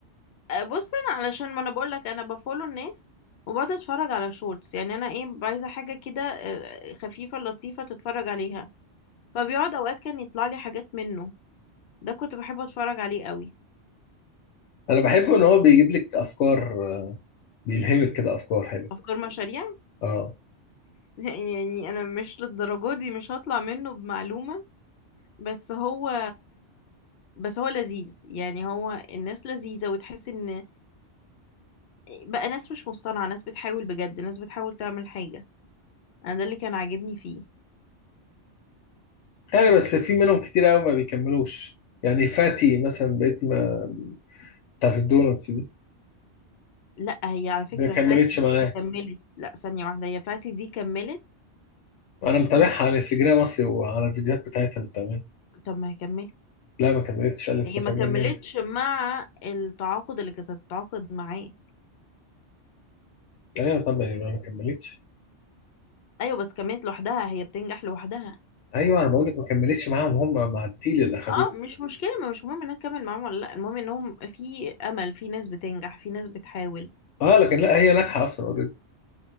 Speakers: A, on the left (about 65°); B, on the left (about 80°).
A: بص انا علشان ما انا بقول لك انا بفولو الناس وبقعد اتفرج على شورتس يعني انا ايه عايزة حاجة كده آه، خفيفة لطيفة تتفرج عليها فبيقعد اوقات كان يطلع لي حاجات منه ده كنت بحب اتفرج عليه قوي
B: انا بحبه ان هو بيجيب لك افكار آه، بيلهمك كده افكار حلوه
A: افكار مشاريع
B: اه
A: <laughs> يعني انا مش للدرجه دي مش هطلع منه بمعلومة بس هو بس هو لذيذ يعني هو الناس لذيذة وتحس ان بقى ناس مش مصطنعة ناس بتحاول بجد ناس بتحاول تعمل حاجة انا ده اللي كان عاجبني فيه
B: يعني بس في منهم كتير قوي ما بيكملوش يعني فاتي مثلا بقيت ما بتاعت الدونتس دي
A: لا هي على فكرة
B: ما كملتش
A: فاتي دي
B: معاه
A: هي كملت لا ثانية واحدة هي فاتي دي كملت
B: انا متابعها
A: بس
B: على انستجرام اصلي وعلى الفيديوهات بتاعتها متابعها
A: طب ما هي كملت
B: لا ما كملتش قالت
A: هي
B: ما
A: ما
B: كملتش
A: كملتش مع التعاقد اللي كانت هتتعاقد معاه
B: ايوه طب ما ما كملتش
A: ايوه بس كملت لوحدها هي بتنجح لوحدها
B: ايوه انا بقول لك ما كملتش معاهم هم مع الديل اللي اخدته
A: اه مش مشكله ما مش مهم انها تكمل معاهم ولا لا المهم انهم في امل في ناس بتنجح في ناس بتحاول
B: اه لكن لا هي ناجحه اصلا اوريدي